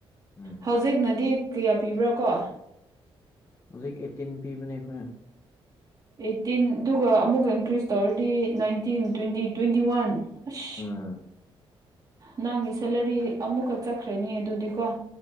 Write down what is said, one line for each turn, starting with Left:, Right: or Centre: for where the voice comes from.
Left: ꯎꯝ
Right: ꯍꯧꯖꯤꯛꯅꯗꯤ ꯀꯌꯥ ꯄꯤꯕ꯭ꯔꯥ ꯀꯣ
Left: ꯍꯧꯖꯤꯛ ꯑꯩꯠꯇꯤꯟ ꯄꯤꯕꯅꯦ ꯑꯩꯈꯣꯏ
Right: ꯑꯩꯠꯇꯤꯟ ꯑꯗꯨꯒ ꯑꯃꯨꯛꯀ ꯏꯟꯀ꯭ꯔꯤꯁ ꯇꯧꯔꯗꯤ ꯅꯥꯏꯟꯇꯤꯟ ꯇ꯭ꯋꯦꯟꯇꯤ ꯇ꯭ꯋꯦꯟꯇꯤ ꯋꯥꯟ ꯑꯁ
Left: ꯎꯝ꯫
Right: ꯅꯪꯒꯤ ꯁꯦꯂꯔꯤ ꯑꯃꯨꯛꯀ ꯆꯠꯈ꯭ꯔꯅꯤ ꯑꯗꯨꯗꯤ ꯀꯣ